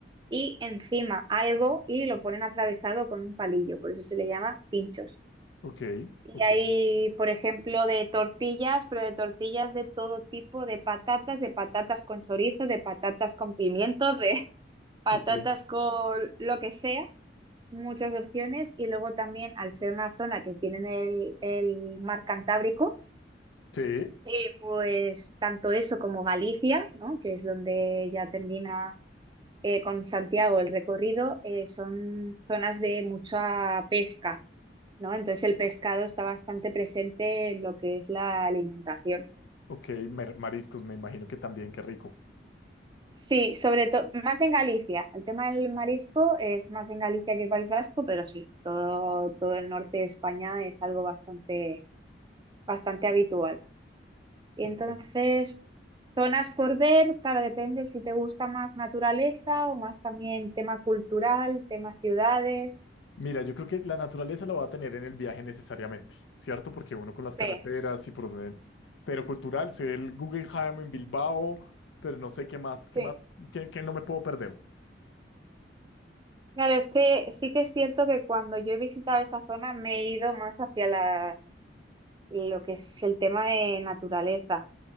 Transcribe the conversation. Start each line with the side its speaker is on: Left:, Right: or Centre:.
Right: y encima algo y lo ponen atravesado con un palillo, por eso se le llama pinchos.
Left: ok,
Right: Y
Left: ok.
Right: hay, por ejemplo, de tortillas, pero de tortillas de todo tipo, de patatas, de patatas con chorizo, de patatas con pimiento, de <laughs> patatas
Left: ok.
Right: con lo que sea, muchas opciones. Y luego también, al ser una zona que tienen el, el mar Cantábrico,
Left: Sí,
Right: eh, pues tanto eso como Galicia, ¿no? Que es donde ya termina eh, con Santiago el recorrido, eh, son zonas de mucha pesca. ¿no? Entonces el pescado está bastante presente en lo que es la alimentación.
Left: ok, mar- mariscos, me imagino que también, qué rico.
Right: Sí, sobre todo, más en Galicia. El tema del marisco es más en Galicia que País Vasco, pero sí, todo, todo el norte de España es algo bastante, bastante habitual. Y
Left: Ok,
Right: entonces, zonas por ver, claro, depende si te gusta más naturaleza o más también tema cultural, tema ciudades.
Left: Mira, yo creo que la naturaleza la va a tener en el viaje necesariamente, ¿cierto? Porque uno con las
Right: Sí,
Left: carreteras y por donde... Pero cultural, sé el Guggenheim en Bilbao, pero no sé qué más, qué
Right: sí.
Left: más, qué, qué no me puedo perder.
Right: Claro, es que sí que es cierto que cuando yo he visitado esa zona me he ido más hacia las lo que es el tema de naturaleza.